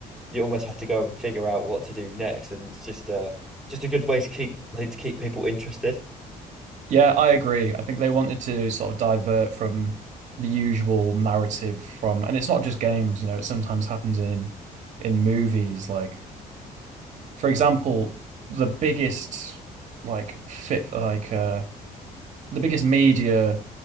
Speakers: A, in the centre; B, on the right.
A: you almost have to go and figure out what to do next, and it's just uh just a good way to keep I think to keep people interested.
B: yeah, I agree. I think they wanted to sort of divert from the usual narrative from, and it's not just games, you know, it sometimes happens in in movies. Like, for example, the biggest like fit like uh the biggest media